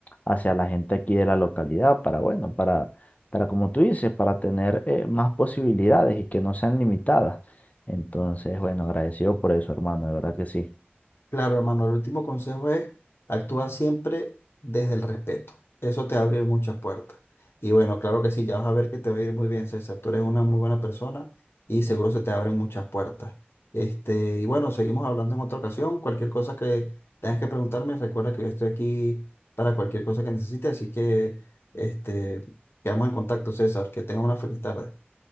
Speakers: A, on the left; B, on the left.
A: hacia la gente aquí de la localidad para, bueno, para, para como tú dices, para tener eh, más posibilidades y que no sean limitadas. Entonces, bueno, agradecido por eso, hermano, de verdad que sí.
B: Claro, hermano, el último consejo es actúa siempre desde el respeto. Eso te abre muchas puertas. Y bueno, claro que sí, ya vas a ver que te va a ir muy bien, César. Tú eres una muy buena persona y seguro se te abren muchas puertas. Este, y bueno, seguimos hablando en otra ocasión. Cualquier cosa que tengas que preguntarme, recuerda que yo estoy aquí para cualquier cosa que necesites. Así que, este, quedamos en contacto, César. Que tengas una feliz tarde.